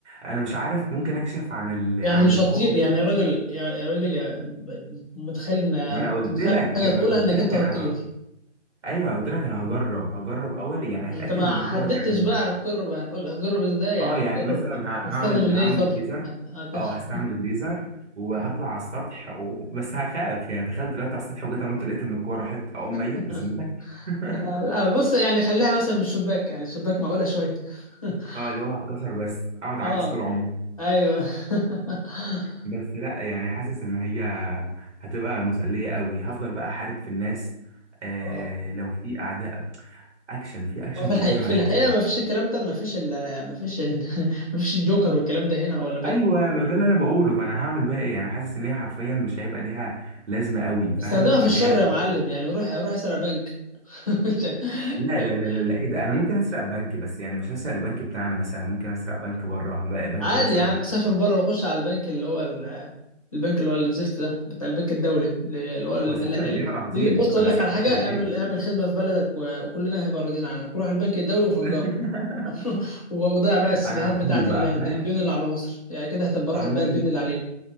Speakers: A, on the right; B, on the left.
A: انا مش عارف ممكن اكشف عن ال... عن
B: يعني مش هتطير
A: القوه
B: يعني
A: دي
B: يا راجل يا يا راجل يا ب- متخيل ان انا
A: ما انا
B: كنت
A: قلت
B: متخيل
A: لك
B: حاجه
A: ما
B: تقولها
A: انا قلت
B: انك
A: لك
B: انت هتطير
A: انا ه... ايوه قلت لك انا هجرب هجرب اول يعني
B: انت
A: هتاكد
B: ما
A: ان القوه
B: حددتش
A: دي عندي
B: بقى هتجرب هت- هتجرب ازاي يعني
A: اه
B: هتجرب
A: يعني مثلا ه... هعمل
B: هتستخدم الليزر
A: هعمل الليزر
B: هت... هت...
A: اه هستعمل الليزر وهطلع على السطح و... بس هخاف يعني تخيل طلعت على السطح وجيت انط لقيت ان الكوره راحت اقوم ميت
B: <laughs>
A: بذمتك <laughs>
B: لا بص يعني خليها مثلا من الشباك يعني الشباك معقوله شويه <laughs>
A: اه اللي هو هتكسر بس اقعد عاجز
B: اه
A: طول عمري
B: ايوه <laughs>
A: بس لا يعني حاسس ان هي هتبقى مسلية قوي هفضل بقى احارب في الناس آه
B: اه
A: لو في اعداء اكشن في اكشن
B: ما في
A: كتير
B: الحقيقة
A: هيحصل
B: في الحقيقة ما فيش الكلام ده ما فيش ال ما فيش ال <laughs> ما فيش الجوكر والكلام ده هنا ولا بد
A: ايوه ما ده اللي انا بقوله فانا هعمل بقى ايه انا حاسس ان هي حرفيا مش هيبقى ليها لازمه قوي فاهم
B: استخدمها في
A: اللي
B: الشر
A: هي
B: يا معلم
A: <laughs>
B: يعني روح روح اسرق بنك <laughs>
A: لا لا لا لا لا ايه ده انا ممكن اسرق بنك بس يعني مش هسرق البنك بتاعنا مثلا ممكن اسرق بنك بره بقى بنك
B: عادي
A: مثلا
B: يا عم سافر بره وخش على البنك اللي هو ال- البنك اللي هو الزفت ده بتاع البنك الدولي اللي هو ال-
A: واسافر
B: ال- ال-
A: ليه ما انا هطير
B: اللي بص اقول
A: انا
B: لك
A: اسافر
B: على حاجة
A: ليه
B: اعمل اعمل خدمة في بلدك و- وكلنا هيبقى راضيين عنك روح البنك الدولي وفجره
A: <laughs>
B: <laughs> وضيع بقى السيديهات
A: انا هطير
B: بتاعت
A: بقى
B: ال-
A: فاهم
B: الديون اللي على مصر يعني كده هتبقى راحت
A: ممكن
B: بقى الديون اللي علينا